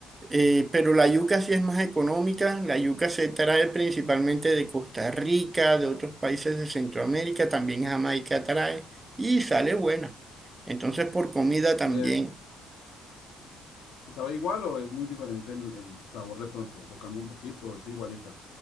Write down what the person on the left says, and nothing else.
Y es, ¿y sabe igual o es muy diferente el, el sabor de pronto? ¿O cambia un poquito? ¿Es igualita?